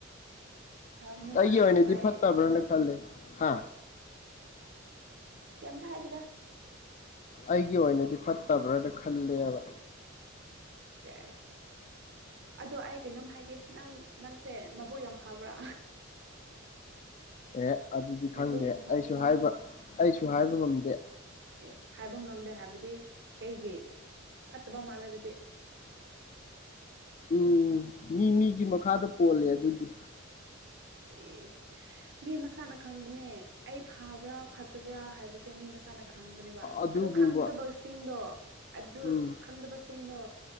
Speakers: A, on the right; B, on the left.
A: ꯐꯔꯝꯅꯤ
B: ꯑꯩꯒꯤ
A: ꯀꯥꯏꯥꯏꯅ
B: ꯑꯣꯏꯅꯗꯤ
A: ꯐꯔꯦ
B: ꯐꯠꯇꯕ꯭ꯔꯅ ꯈꯜꯂꯦ ꯍꯥ
A: ꯀꯝꯃꯇ ꯍꯥꯏꯗꯦꯗ꯫
B: ꯑꯩꯒꯤ ꯑꯣꯏꯅꯗꯤ ꯐꯠꯇꯕ꯭ꯔꯥꯅ ꯈꯜꯂꯦꯕ꯫
A: ꯏꯁꯦꯁ ꯑꯗꯣ ꯑꯩ ꯀꯩꯅꯣꯝ ꯍꯥꯏꯒꯦ ꯅꯪ ꯅꯪꯁꯦ ꯃꯕꯨꯣꯛ ꯌꯥꯝ ꯐꯥꯕ꯭ꯔꯥ
B: ꯑꯦ ꯑꯗꯨꯗꯤ
A: ꯅꯕꯨꯛ
B: ꯈꯪꯗꯦ
A: ꯌꯥꯝ ꯐꯕ꯭ꯔꯣ
B: ꯑꯩꯁꯨ ꯍꯥꯏꯕ ꯑꯩꯁꯨ ꯍꯥꯏꯕ ꯉꯝꯗꯦ
A: ꯑꯦꯁ ꯍꯥꯏꯕ ꯉꯝꯗꯦ ꯍꯥꯏꯕꯗꯤ ꯀꯩꯒꯤ ꯐꯠꯇꯕ ꯃꯥꯜꯂꯦ ꯑꯗꯨꯗꯤ꯫
B: ꯎꯝ ꯃꯤ ꯃꯤꯒꯤ ꯃꯈꯥꯗ ꯄꯣꯜꯂꯦ ꯑꯗꯨꯗꯤ
A: ꯌꯦꯁ ꯃꯤ ꯃꯁꯥꯅ ꯈꯪꯕꯅꯦ ꯑꯩ ꯐꯕ꯭ꯔꯥ ꯐꯠꯇꯕ꯭ꯔꯥ ꯍꯥꯏꯕꯁꯦ ꯃꯤ ꯃꯁꯥ ꯥꯅ ꯈꯪꯕꯅꯦꯕ
B: ꯑꯗꯨꯕꯨꯕ
A: ꯑꯗꯣ ꯈꯪꯗꯕ ꯁꯤꯡꯗꯣ ꯑꯗꯨ
B: ꯎꯝ
A: ꯈꯪꯗꯕ ꯁꯤꯡꯗꯣ